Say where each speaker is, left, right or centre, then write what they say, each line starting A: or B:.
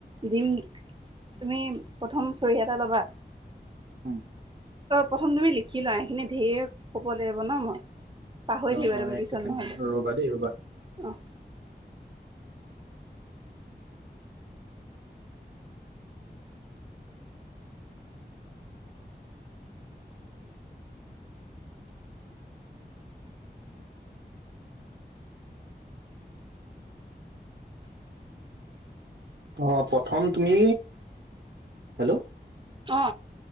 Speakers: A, on the right (about 30°); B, on the right (about 80°).
A: দিম তুমি প্ৰথম চৰি এটা ল'বা,
B: উম,
A: অ, প্ৰথম তুমি লিখি লোৱা সখিনি ঢেৰ ক'ব লাগিব ন' মই। পাহৰি
B: অ
A: থাকিবা
B: অ
A: তুমি
B: এক
A: পিছত
B: ছেকেণ্ড
A: নহলে।
B: ৰবা দেই ৰবা।
A: অ,
B: অ, প্ৰথম তুমি, হেল্ল'
A: অ